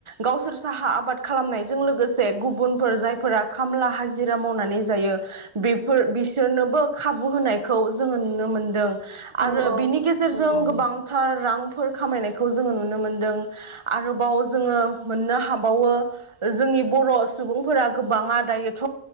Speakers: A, on the right (about 30°); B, on the right (about 55°).
A: गावसोर साहा आबाद खालामनायजों लोगोसे गुबुनफोर जायफोरा खामला हाजिरा मावनानै जायो बेफोर बिसोरनोबो खाबु होनायखौ जोङो नुनो मोनदों आरो
B: औ औ
A: बिनि गेजेरजों
B: नंगौ
A: गोबां रांफोर खामायनायखौ जोङो नुनो मोनदों आरोबाव जोङो मोननो हाबावो जोंनि बर सुबुंफोरा गोबाङा दायोथ